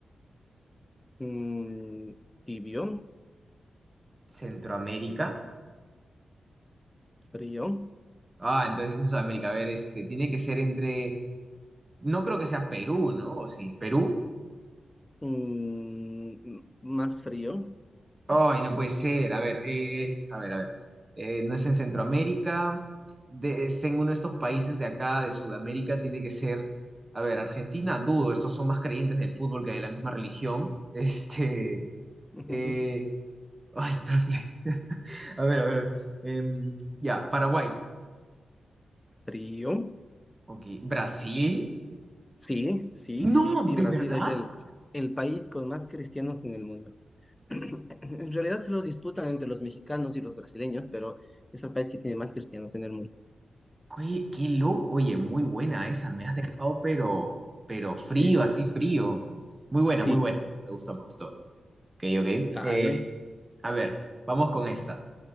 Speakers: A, on the left; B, on the right.
A: mm, tibio,
B: ¿Centroamérica?
A: frío,
B: Ah, entonces en Sudamérica. A ver, este, tiene que ser entre... No creo que sea Perú, ¿no? ¿O sí? ¿Perú?
A: mm, m- más frío,
B: Ay, no puede ser. A ver, eh, a ver, a ver. Eh, no es en Centroamérica. De- es en uno de estos países de acá, de Sudamérica, tiene que ser. A ver, Argentina, dudo. Estos son más creyentes del fútbol que de la misma religión. <laughs> Este.
A: <laughs>
B: eh, ay, no sé. <laughs> A ver, a ver. a ver. Em, ya, Paraguay.
A: frío.
B: Ok. ¿Brasil?
A: Sí, sí,
B: No,
A: sí, sí,
B: ¿de
A: Brasil
B: verdad?
A: es el, el país con más cristianos en el mundo. <clears throat> En realidad se lo disputan entre los mexicanos y los brasileños, pero es el país que tiene más cristianos en el mundo.
B: Oye, qué loco. Oye, muy buena esa. Me has dejado, pero, pero frío,
A: Sí,
B: así frío. Muy buena,
A: sí,
B: muy buena. Me gustó, me gustó. Ok, ok.
A: vale.
B: Eh, a ver, vamos con esta.